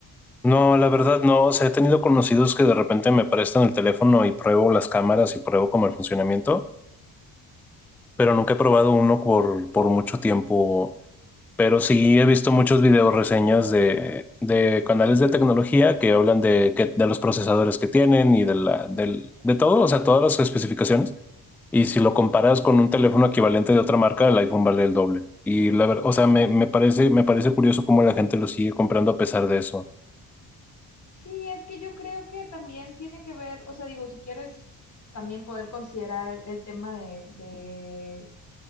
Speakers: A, in the centre; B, on the left.
A: No, la verdad no. O sea, he tenido conocidos que de repente me prestan el teléfono y pruebo las cámaras y pruebo como el funcionamiento, pero nunca he probado uno por, por mucho tiempo. Pero sí he visto muchos videos reseñas de, de canales de tecnología que hablan de, que- de los procesadores que tienen y de, la, del, de todo, o sea, todas las especificaciones. Y si lo comparas con un teléfono equivalente de otra marca, el iPhone vale el doble. Y la verdad, o sea, me, me parece, me parece curioso cómo la gente lo sigue comprando a pesar de eso.
B: Sí, es que yo creo que también tiene que ver, o sea, digo, si quieres también poder considerar el, el tema de, de